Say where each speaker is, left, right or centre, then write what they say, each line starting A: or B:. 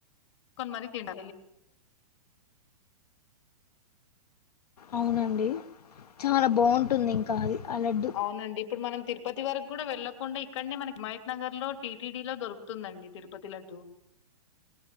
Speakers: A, on the left; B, on the left.
A: కొని మరి తిన్
B: అవునండి చాలా బాగుం టుంది ఇంకా అది అ లడ్డు
A: అవునండి. ఇప్పుడు మనం తిరుపతి వరకు కూడా వెళ్ళకుండా ఇక్కడనే మనకి హిమాయత్ నగర్ లో టీటిడి లో దొరుకుతుందండి తిరుపతి లడ్డు